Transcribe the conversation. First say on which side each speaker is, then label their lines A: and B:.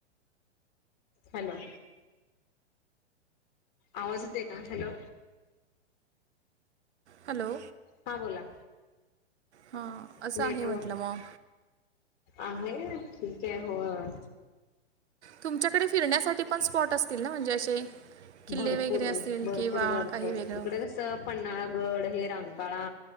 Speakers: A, on the left; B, on the right.
A: हॅलो. आवाज येतोय का? हॅलो.
B: हॅलो.
A: हां बोला.
B: हा, असं
A: नेटवर्क
B: आहे म्हटलं मग.
A: आहे, ठीक आहे होय.
B: तुमच्याकडे फिरण्यासाठी पण स्पॉट असतील ना, म्हणजे असे. किल्ले
A: भरपूर,
B: वगैरे असतील
A: भरपूर,
B: किंवा
A: भरपूर
B: काही वेगळं
A: इकडे कसं. पन्नाळागड हे रंकाळा